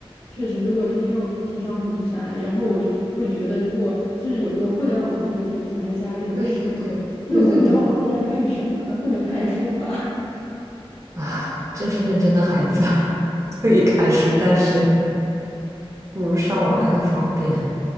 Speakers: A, on the left; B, on the right.
A: 确实，如果就是因为我平常很宅，然后我就会觉得，如果就是有有互联网的话，你就可以宅在家里有事嘛。
B: 对对对对对对，
A: 没有互联网，我在家干什么呢？不能看书吧？
B: 啊，真是认真的孩子，<laughs> 可以看书，但是不如上网来的方便，